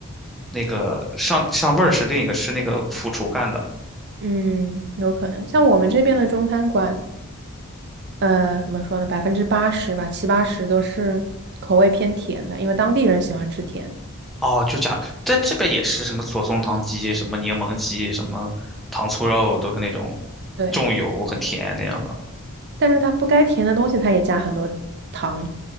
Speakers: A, in the centre; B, on the right.
A: 那个上上味儿是另一个是那个副厨干的。
B: 嗯，有可能。像我们这边的中餐馆，呃，怎么说呢？百分之八十吧，七八十都是口味偏甜的，因为当地人喜欢吃甜。
A: 哦，就假在这边也是什么左宗棠鸡、什么柠檬鸡、什么糖醋肉，都是那种
B: 对，
A: 重油很甜那样的。
B: 但是它不该甜的东西，它也加很多糖。